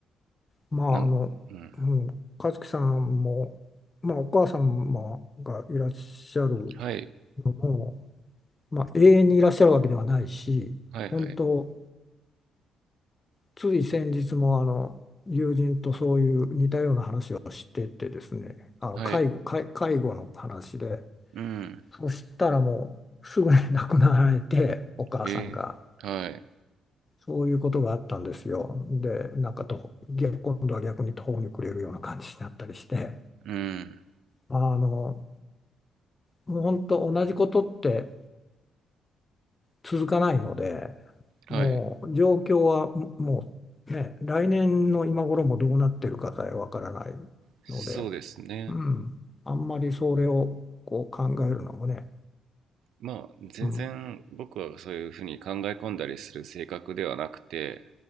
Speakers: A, on the left (about 25°); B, on the right (about 75°).
A: まあ、
B: う、なん、
A: あの、
B: うん。
A: うん、和樹さんも、まあ、お母様がいらっしゃる
B: はい、
A: のも、まあ、永遠にいらっしゃるわけではないし、
B: はい、
A: 本当、
B: はい、
A: つい先日もあの友人とそういう似たような話をしててですね、あの介護、
B: はい、
A: 介、介護の話で、
B: うん、
A: そしたらもうすぐに亡くなられて、お母さんが。
B: えー、はい、
A: そういうことがあったんですよ。で、なんかと、逆今度は逆に途方に暮れるような感じになったりして、
B: うん、
A: あの、もう本当同じことって続かないので、
B: はい、
A: もう状況はももうね、来年の今頃もどうなってるかさえわからない
B: そうですね。
A: ので、うん、あんまりそれをこう考えるのもね、
B: まあ全然僕はそういうふうに考え込んだりする性格ではなくて
A: うん、